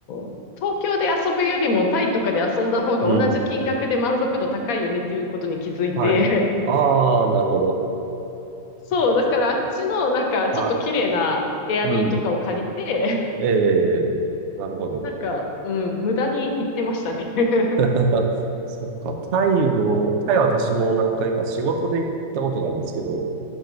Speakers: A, on the left (about 85°); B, on the right (about 65°).
A: ー東京で遊ぶよりもタイとかで遊んだ方が同じ金額で満足度高いよねっていうことに気づいて、
B: い。うん。はい。ああ、なるほど。
A: <laughs> そう、
B: そっかそっか。
A: だからあっちのなんかちょっと綺麗なエアビーとかを借りて、
B: はい。うん。ええ、なるほど。
A: なんか、うん、無駄に行ってましたね。<laughs>
B: <laughs> そっか。タイも、タイは私も何回か仕事で行ったことがあるんですけど、